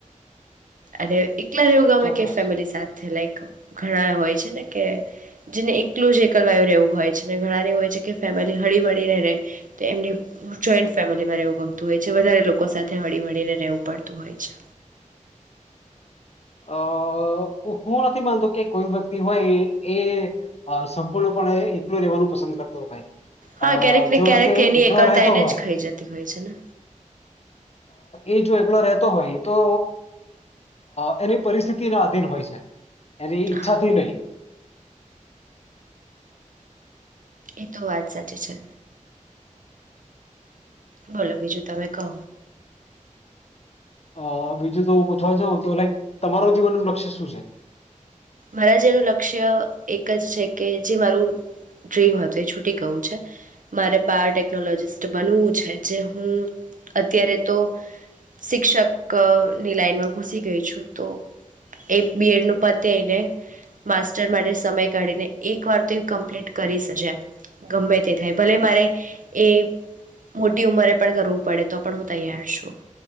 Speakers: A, on the right; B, on the left.
A: અને એકલા રવું ગમે
B: ચોક્કસ.
A: કે ફેમિલી સાથે લાઈક ઘણા હોય છે ને કે જેને એકલું જ એકલવાયું રહેવું હોય છે ને ઘણાને એવું હોય છે કે ફેમિલી હળી મળી રેહ તો એમની જોઈન્ટ ફેમિલીમાં રહેવું ગમતું હોય છે વધારે લોકો સાથે હળી મળીને રહેવું પડતું હોય છે
B: અ હું નથી માનતો કે કોઈ વ્યક્તિ હોય એ સંપૂર્ણપણે એકલું રહેેવાનું પસંદ કરતો હોય
A: હા
B: અ
A: ક્યારેક ને
B: જો
A: ક્યારેક
B: વ્યક્તિ
A: એની
B: એકલો
A: એકલતા
B: રહેતો
A: એને
B: હોય
A: જ ખાઈ જતી હોય છે ને
B: એ જો એકલો રહે તો હોય તો એ એની પરિસ્થિતિ ના આધીન હોય છે એની ઈચ્છા
A: હા
B: થી નઈ
A: એ તો વાત સાચી છે બોલો બીજું તમે કહો
B: હ બીજું તો પૂછવા છો તો લાઈક તમારો જીવન નું લક્ષ્ય શું છે
A: મારા જેનું લક્ષ્ય એક જ છે કે જે મારું ડ્રીમ હતું એ છૂટી ગયુ છે મારે બાયોટેકનોલોજીિસ્ટ બનવું છે જે હું અત્યારે તો શિક્ષકની લાઈનમાં ઘુસી ગઈ છું તો એ બી એડ નું પદ તેઈને માસ્ટર માટે સમય કાઢીને એક વાર તો એ કમ્પ્લીટ કરીશ જ એમ ગમે તે થાય ભલે મારે એ મોટી ઉંમરે પણ કરવું પડે તો પણ હું તૈયાર છું